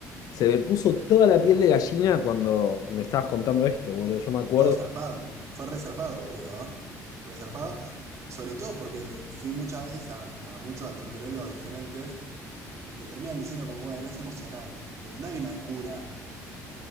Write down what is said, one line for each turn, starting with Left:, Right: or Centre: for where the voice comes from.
Left: Se me puso toda la piel de gallina cuando me estabas contando esto, boludo. Yo me acuerdo.
Right: No, zarpado. Fue resarpado, boludo, ¿no? Resarpado. Sobre todo porque le- fui muchas veces a, a muchos gastroenterólogos diferentes y te terminan diciendo como, bueno, es emocional, pero no hay una cura